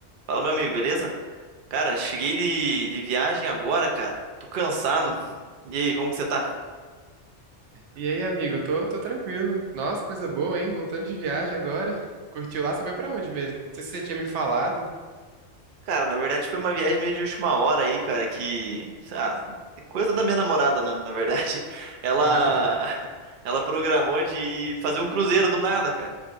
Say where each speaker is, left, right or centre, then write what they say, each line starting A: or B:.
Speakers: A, on the right; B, on the right.
A: Fala, meu amigo, beleza? Cara, cheguei de, de viagem agora, cara. Tô cansado. E aí, como que você tá?
B: E aí, amigo? Tô, tô tranquilo. Nossa, coisa boa, hein? Voltando de viagem agora. Curtiu lá? Você foi pra onde mesmo? Não sei se você tinha me falado.
A: Cara, na verdade foi uma viagem meio de última hora aí, cara, que, ah, é coisa da minha namorada, na, na verdade. <laughs> Ela
B: <laughs>
A: ela programou de fazer um cruzeiro do nada, cara.